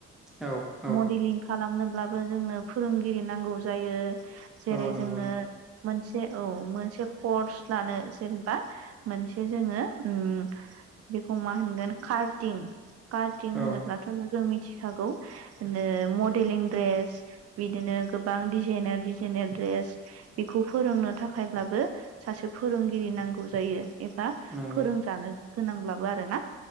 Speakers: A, in the centre; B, on the right (about 55°).
A: औ औ
B: मडेलिं खालामनोब्लाबो जोंनो फोरोंगिरि नांगौ जायो जेरै
A: औ नंगौ
B: जोंनो
A: नोंथां
B: मोनसे औ मोनसे कर्स लानो जेनबा मोनसे जोङो ओम बेखौ मा होनगोन कार्टिं कार्टिं
A: औ
B: होनोब्लाथ' जों मिथिखागौ नो मडेलिं दड्रेस बिदिनो गोबां डिजाइनार डिजाइनार दड्रेस बेखौ फोरोंनो थाखायब्लाबो सासे फोरोंगिरि नांगौ जायो एबा
A: नंगौ
B: फोरोंजानो गोनांब्लाबो आरो ना